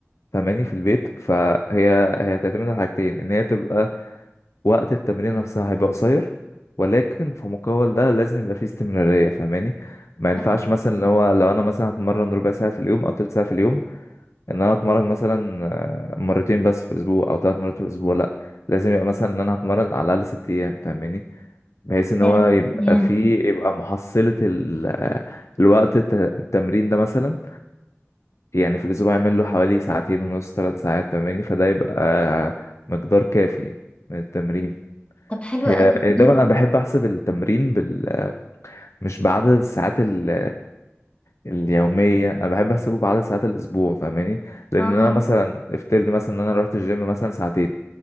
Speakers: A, on the left; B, on the left.
A: فهماني في البيت فهي هي تعتمد على حاجتين ان هي تبقى وقت التمرين نفسها هيبقى قصير ولكن في مقابل ده لازم يبقى فيه استمرارية فهماني ما ينفعش
B: طبعا
A: مثلا اللي هو لو انا مثلا هتمرن ربع ساعة في اليوم او تلت ساعة في اليوم ان انا اتمرن مثلا آه، مرتين بس في الاسبوع او ثلاث مرات في الاسبوع لا لازم يبقى مثلا ان انا هتمرن على الاقل ست ايام فاهماني بحيث ان
B: yeah.
A: هو يبقى
B: yeah.
A: فيه يبقى محصلة ال- آه، الوقت الت- التمرين ده مثلا يعني في الاسبوع يعمل له حوالي ساعتين ونص ثلاث ساعات فاهماني فده يبقى آه، مقدار كافي من التمرين
B: طب حلو
A: هي
B: قوي
A: ده
B: <laughs>
A: بقى انا بحب احسب التمرين بال مش بعدد الساعات ال... اليومية أنا بحب أحسبه بعدد ساعات الأسبوع فاهماني لأن
B: اه
A: أنا مثلا افترض مثلا إن أنا روحت الجيم مثلا ساعتين